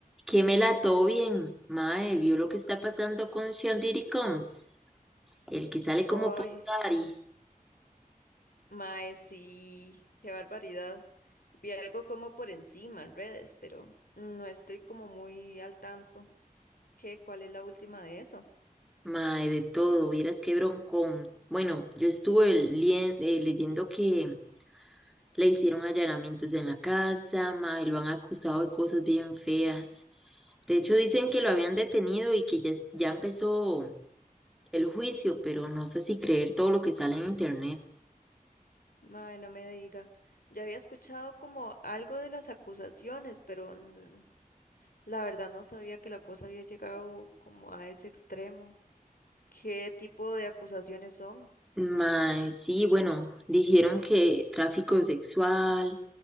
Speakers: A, in the centre; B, on the left (about 70°).
A: que me la ató bien, mae, vio lo que está pasando con Sean Diddy Combs, el que sale como
B: Ay,
A: Puff Daddy,
B: mae, sí, qué barbaridad. Vi algo como por encima en redes, pero no estoy como muy al tanto. ¿Qué? ¿Cuál es la última de eso?
A: mae, de todo, vieras qué broncón. Bueno, yo estuve lien- eh, leyendo que le hicieron allanamientos en la casa, mae, lo han acusado de cosas bien feas. De
B: Mm,
A: hecho, dicen que lo habían detenido y que ya, es- ya empezó el juicio, pero no sé si creer todo lo que sale en internet.
B: mae, no me diga. Ya había escuchado como algo de las acusaciones, pero mm, la verdad no sabía que la cosa había llegado como a ese extremo. ¿Qué tipo de acusaciones son?
A: Mae, sí, bueno, dijeron que tráfico sexual,